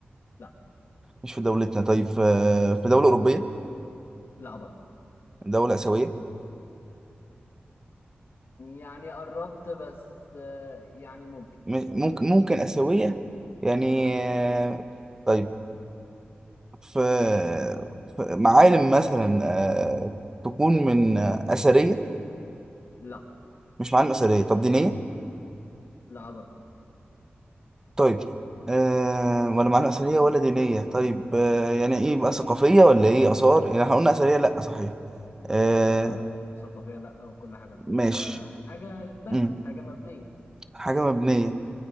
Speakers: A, on the left; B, on the right.
A: لا
B: مش في دولتنا طيب في في دولة أوروبية
A: لا برضه
B: دولة آسيوية
A: يعني قربت بس آه يعني ممكن
B: م- ممكن ممكن آسيوية يعني
A: ممكن
B: آه
A: آه.
B: طيب في في معالم مثلا آه تكون من آه، أثرية
A: لا
B: مش معالم أثرية طب دينية
A: لا برضه
B: طيب آه ولا معالم أثرية ولا دينية طيب آه يعني إيه بقى ثقافية ولا إيه آثار يعني احنا قلنا أثرية لأ صحيح آه
A: أثرية لأ وثقافية لأ وكل حاجة لأ
B: ماشي
A: هي حاجة اتبنت
B: مم.
A: حاجة مبنية
B: حاجة مبنية